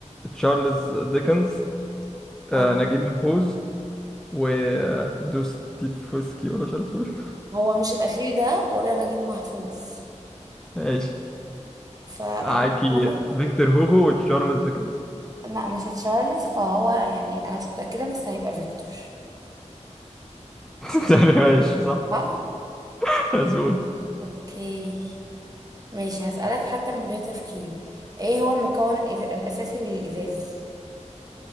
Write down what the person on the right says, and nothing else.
اه
هو مش الاخير ده ولا نجيب محفوظ
فانا
انا فاكره
لا مش تشارلز فهو يعني انا مش متأكدة بس هيبقى فيكتور
صح
اوكي ماشي هسألك حتى من غير تفكير ايه هو المكون الأز- الاساسي للازاز